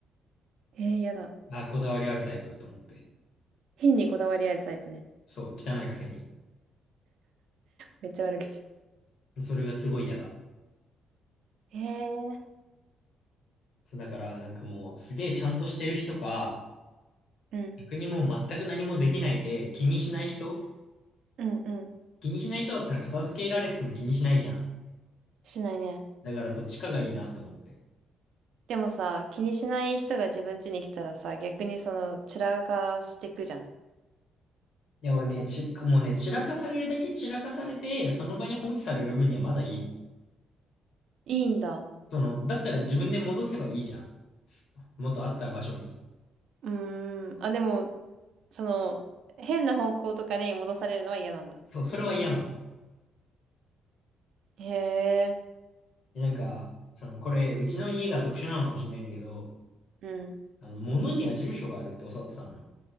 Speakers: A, on the right; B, on the left.
A: えー、やだ。
B: あこだわりあるタイプと思って。
A: 変にこだわりあるタイプね。
B: そう、汚いくせに。
A: めっちゃ悪口。
B: それがすごい嫌だ。
A: へえ。
B: そうだから、なんかもう、すげえちゃんとしてる人か、
A: うん、
B: 逆にもう全く何もできないで、気にしない人
A: うん、うん。
B: 気にしない人だったら片付けられてても気にしないじゃん。
A: しないね。
B: だからどっちかがいいなと思って。
A: でもさ、気にしない人が自分家に来たらさ、逆にその、散らかしてくじゃん。
B: いや、俺ね、ち、もうね、散らかされるだけ散らかされて、その場に放置される分にはまだいいの。
A: いいんだ。
B: その、だったら自分で戻せばいいじゃん。す元あった場所に。
A: うーん。あ、でも、その、変な方向とかに戻されるのは嫌なんだ。
B: そう、それは嫌なの。
A: へえ。
B: で、なんか、その、これ、うちの家が特殊なのかもしれないんだけど、
A: うん。
B: あの、物には住所があるって教わってたのよ。